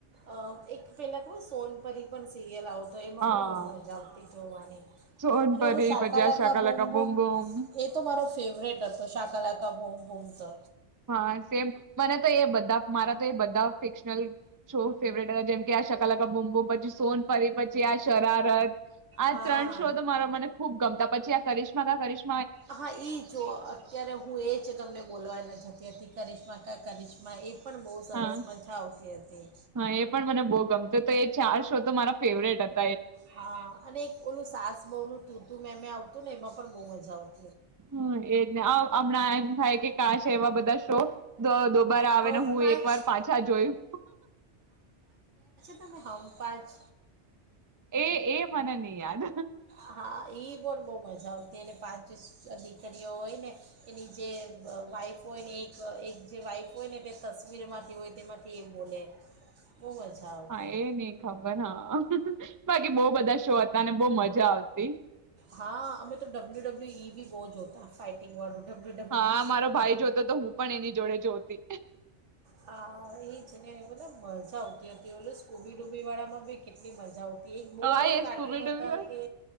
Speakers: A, on the right; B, on the right.
A: અહ એક પેહલા ખબર સોન પરી પણ સિરિયલ આવ તો એમાં
B: હા
A: પણ બહુ મજ <unintelligible>
B: સોનપરી
A: અને ઓલું શાકાલાકા
B: પછી આ
A: બૂમ બૂમ
B: બુમ બુમ
A: એ તો મારો ફેવરેટ હતો શાકાલાકા બૂમ બૂમ તો
B: હા, સેમ મને તો એ બધા મારા તો એ બધા ફિક્શનલ શો ફેવરેટ હતા જેમ કે આ શકાલકા બુમબુમ પછી સોનપરી પછી આ શરારત આ
A: હા
B: ત્રણ શો તો મારા મને ખુબ ગમતા. પછી આ કરીશ્મા કા કરિશ
A: હા, ઈ જો અત્યારે હું એ જ તમને બોલવા ન જ જેથી કરિશ્મા કા કરિશ્મા એ પણ બહુ સરસ
B: હા
A: મજા આવતી હતી
B: હા એ પણ મને બહુ ગમતું તો એ ચાર શો તો મારા ફેવરેટ હ
A: હા અને એક ઓલું સાસ બહુ નું તુંતું મેમે આવતું ને એમાં પણ બઉ મજા આ
B: હા એજ હમણાં એમ થાય કે કાસ એવા બધા શો દો-દોબારા આવે
A: હમ
B: ને હું
A: પાંચ
B: એક વાર પાછા જોયું.
A: ને હમ પાંચ
B: એ એ મને નહી યાદ.
A: હા ઈ બોલ બહુ મજા આવતી અને પાંચ દીકરીઓ હોય ને એની જે વાઈફ હોય ને એક એક જે વાઈફ હોય ને તે તસવીરમાંથી હોય તેમાંથી એ બોલે બહુ મજા આવતી
B: હા એ નહિ ખબર હા. બાકી બહુ બધા શો હતા અને બહુ મજા આવતી.
A: હા અમે તો ડબ્લ્યુ ડબ્લ્યુ ઈ ભી બહુ જોતા ફાઇટિંગ વાડું. ડબલ્યુ ડબલ્યુ
B: હા
A: ઇ,
B: મારો ભાઈ જોતો તો હું પણ એની જોડે જોતી
A: હા એજ ને ઓલા મજા આવતી હતી ઓલું સ્કૂબી ડૂબીવાળામાં બી કેટલી મજા આવ તી. એક બહુ
B: હા
A: બધા
B: એ
A: કાર્ટૂન
B: સ્કૂબી ડૂબી
A: હતા કે